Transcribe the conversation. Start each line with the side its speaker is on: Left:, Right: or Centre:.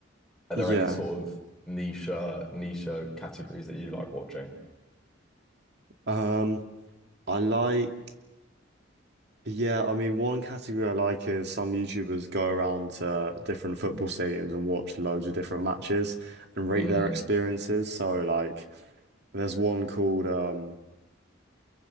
Centre: Are
Right: Yeah.
Centre: there any sort of niche uh, niche uh, categories that you like watching?
Right: Um, I like. Yeah, I mean, one category I like is some YouTubers go around to different football stadiums and watch loads of different matches
Centre: <laughs>
Right: and rate
Centre: Mm.
Right: their experiences. So, like, there's one called, um,